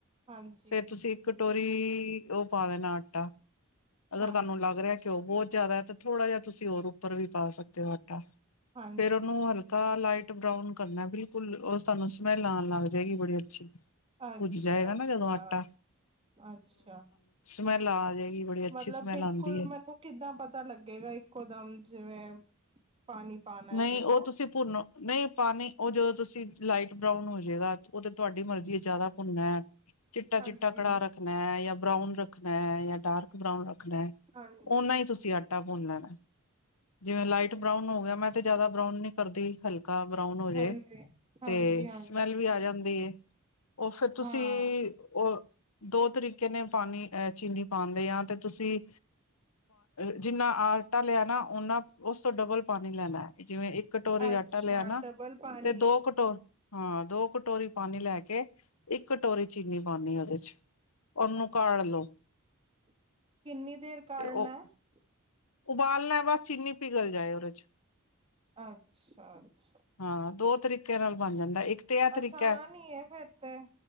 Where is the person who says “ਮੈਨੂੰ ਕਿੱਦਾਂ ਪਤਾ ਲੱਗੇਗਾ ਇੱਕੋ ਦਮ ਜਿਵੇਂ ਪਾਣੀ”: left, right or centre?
Right